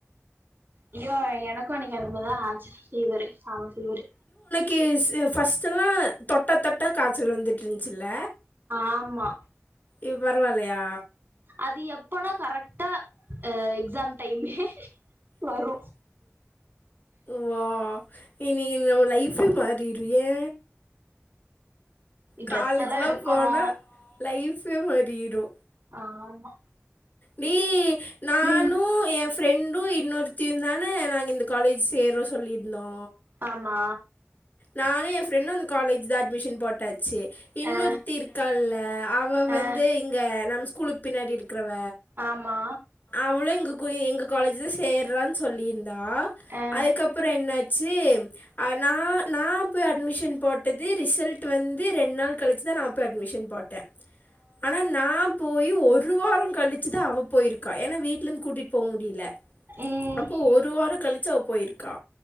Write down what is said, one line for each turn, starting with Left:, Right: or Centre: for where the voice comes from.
Right: ஐயோ எனக்கு அன்னிக்கி அந்த மாரி தா ஆச்சி ஃபீவரு செம ஃபீவரு
Left: கேஸ் ஃபஸ்ட்டெல்லா தொட்ட தொட்ட காச்சல் வந்துட்டு இருந்துச்சில்ல
Right: ஆமா
Left: இப் பரவால்லையா
Right: அது எப்பனா கரெக்டா எக்ஸாம் டைமே வரு
Left: வா இன்னிக்கி நம்ம லைஃபே மாறிரு ஏ காலேஜ்லாம்
Right: ட்ரெஸ் எல்லா எடுக்கணு
Left: போனா லைஃப் இப்யே மாறிரோ
Right: ஆமா
Left: நீ நானோ
Right: ம்
Left: எ ஃபிரெண்டோ இன்னொருத்தியு நானே நாங்க இந்த காலேஜ் சேர்றோ சொல்லியிருந்தோ
Right: ஆமா
Left: நானு ஏ ஃப்ரெண்டோ அந்த காலேஜ் தா அட்மிஷன் போட்டாச்சி இன்னொருத்தி
Right: அ
Left: இருக்கால்ல அவ
Right: அ
Left: வந்து இங்க நம் ஸ்கூலுக் பின்னாடி இருக் இருக்குறவ
Right: ஆமா
Left: அவ்ளு எங்கக் கூட எங்கக் காலேஜ் தா சேர்றான் சொல்லியிருந்தா
Right: அ
Left: அதுக்கப்பறோ என்னாச்சி ஆ நா நா போய் அட்மிஷன் போட்டது ரிசல்ட் வந் து ரெண் நாள் கழிச்சிதா நா போய் அட்மிஷன் போட்டே ஆனா நா போயி ஒரு ஒருவாரோ கழிச்சி தா அவப் போயிருக்கா ஏன்னா வீட்லந் கூட்டிட் போ முடில
Right: ம்
Left: அப்போ ஒரு வாரோ கழிச் ச்சி அவ போயிருக்கா